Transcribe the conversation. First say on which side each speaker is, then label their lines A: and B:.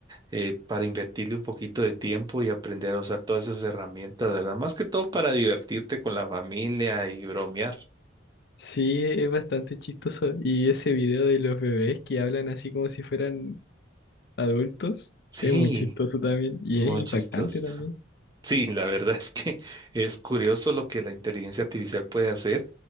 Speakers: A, on the right (about 20°); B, on the left (about 60°).
A: eh, para invertirle un poquito de tiempo y aprender a usar todas esas herramientas, ¿verdad? Más que todo para divertirte con la familia y bromear.
B: sí, es bastante chistoso. Y ese video de los bebés que hablan así como si fueran adultos,
A: Sí,
B: es muy chistoso también. Y
A: muy
B: es impactante
A: chistoso.
B: también.
A: Sí, la verdad <laughs> es que es curioso lo que la inteligencia artificial puede hacer